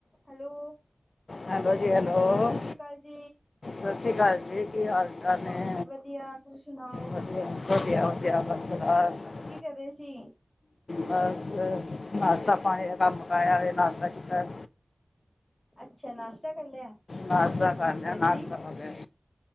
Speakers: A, on the left; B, on the left.
A: Hello.
B: Hello ਜੀ hello.
A: ਸਤਿ ਸ਼੍ਰੀ ਅਕਾਲ ਜੀ
B: ਸਸੀ ਕਾਲ ਜੀ ਕੀ ਹਾਲ-ਚਾਲ ਨੇ
A: ਹਾਂ ਵਧੀਆ ਤੁਸੀਂ ਸੁਣਾਓ
B: ਵਧੀਆ ਜੀ। ਵਧੀਆ-ਵਧੀਆ' ' <unintelligible>
A: ਕੀ ਕਰ ਰਹੇ ਸੀ।
B: ਬੱਸ, ਨਾਸ਼ਤਾ ਪਾਣੀ ਦਾ ਕੰਮ ਕਾਇਆ ਹੋਵੇ ਨਾਸ਼ਤਾ ਕੀਤਾ।
A: ਅੱਛਾ ਨਾਸ਼ਤਾ। ਕਰ ਲਿਆ
B: ਨਾਸ਼ਤਾ ਕਰ
A: ਬੜੀ
B: ਲਿਆ,
A: ਜਲਦੀ
B: ਨਾਸ਼ਤਾ ਕਰਦੇ